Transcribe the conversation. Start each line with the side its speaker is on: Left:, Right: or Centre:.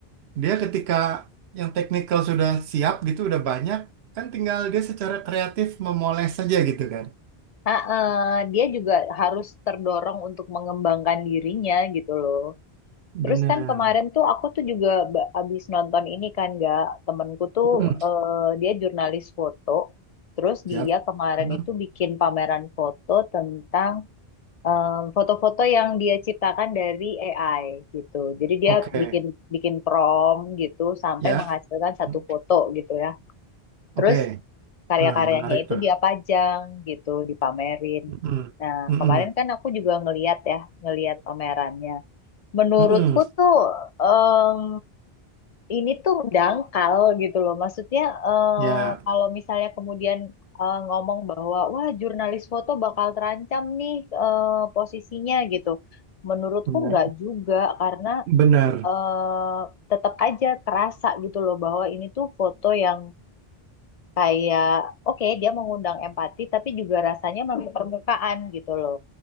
Right: dia ketika yang teknikal sudah siap gitu udah banyak kan tinggal dia secara kreatif memoles saja gitu kan
Left: Ah, eh, dia juga harus terdorong untuk mengembangkan dirinya gitu loh. Terus
Right: benar
Left: kan kemarin tuh aku tuh juga ba- abis nonton ini kan gak temenku tuh
Right: mm
Left: eh, dia jurnalis foto. Terus
Right: siap
Left: dia kemarin
Right: mm
Left: itu bikin pameran foto tentang em, foto-foto yang dia ciptakan dari AI gitu. Jadi dia
Right: oke
Left: bikin bikin prompt gitu sampai
Right: ya
Left: menghasilkan satu
Right: Mm.
Left: foto gitu ya. Terus
Right: oke
Left: karya-karyanya
Right: nah menarik
Left: itu
Right: tuh
Left: dia pajang gitu, dipamerin.
Right: mm
Left: Nah,
Right: Mm-mm.
Left: kemarin kan aku juga ngeliat ya, ngeliat omerannya. Menurutku
Right: Mm-mm.
Left: tuh em, ini tuh dangkal gitu loh. Maksudnya eh,
Right: ya
Left: kalau misalnya kemudian eh, ngomong bahwa wah jurnalis foto bakal terancam nih eh, posisinya gitu. Menurutku
Right: ya.
Left: nggak juga karena
Right: benar
Left: eh, tetap aja kerasa gitu loh bahwa ini tuh foto yang kayak oke dia mengundang empati tapi juga rasanya masih permukaan gitu loh.